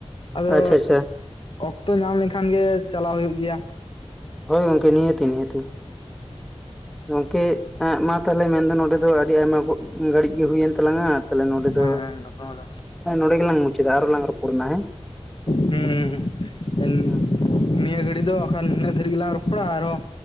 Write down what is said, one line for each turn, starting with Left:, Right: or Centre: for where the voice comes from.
Left: ᱟᱫᱚ
Centre: ᱟᱪᱪᱷᱟ ᱟᱪᱪᱷᱟ
Left: ᱚᱠᱛᱚ ᱧᱟᱢ ᱞᱮᱱᱠᱷᱟᱱ ᱜᱮ ᱪᱟᱞᱟᱣ ᱦᱳᱭᱩᱜ ᱜᱮᱭᱟ᱾
Centre: ᱦᱳᱭ ᱜᱚᱝᱠᱮ ᱱᱤᱦᱟᱹᱛᱤ ᱱᱤᱦᱟᱹᱛᱤ ᱜᱚᱝᱠᱮ ᱢᱟ ᱛᱟᱦᱞᱮ ᱢᱮᱱ ᱫᱚ ᱱᱚᱰᱮ ᱫᱚ ᱟᱹᱰᱤ ᱟᱭᱢᱟ ᱜᱷᱟᱹᱲᱤᱡᱽ ᱜᱮ ᱦᱩᱭᱮᱱ ᱛᱟᱞᱟᱝᱼᱟ᱾ ᱛᱟᱦᱞᱮ ᱱᱚᱰᱮ
Left: ᱦᱮᱸ
Centre: ᱫᱚ
Left: ᱨᱚᱯᱚᱲ
Centre: ᱱᱚᱰᱮ ᱜᱮᱞᱟᱝ ᱢᱩᱪᱟᱹᱫᱟ ᱟᱨᱚ ᱞᱟᱝ ᱨᱚᱯᱚᱲ ᱱᱟ ᱦᱮᱸ
Left: ᱦᱩᱸ ᱻᱱᱮᱸ
Centre: ᱦᱩᱸ
Left: ᱱᱤᱭᱟᱹ ᱜᱷᱟᱹᱲᱤ ᱫᱚ ᱵᱟᱠᱷᱟᱱ ᱱᱤᱱᱟᱹᱜ ᱫᱷᱟᱹᱨᱤᱡ ᱜᱮᱞᱟᱝ ᱨᱚᱯᱚᱲᱟ ᱟᱨᱦᱚᱸ